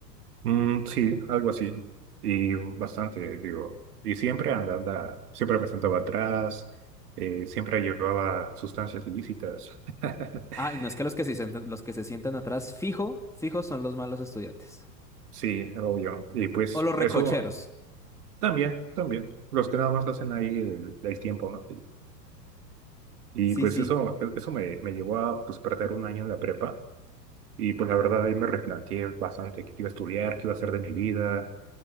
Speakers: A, on the right; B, in the centre.
A: Mm, sí, algo así. Y bastante, digo. Y siempre anda, siempre me sentaba atrás, eh, siempre llevaba sustancias ilícitas. <laughs>
B: Ah, y no es que los que se sientan, los que se sientan atrás, fijo, fijo son los malos estudiantes.
A: Sí, obvio. Y pues
B: O los recocheros.
A: eso también, también. Los que nada más hacen ahí el, el tiempo, ¿no? Y
B: Sí,
A: pues
B: sí.
A: eso, eso me, me llevó a pues, perder un año en la prepa. Y pues la verdad ahí me replanteé bastante qué iba a estudiar, qué iba a hacer de mi vida.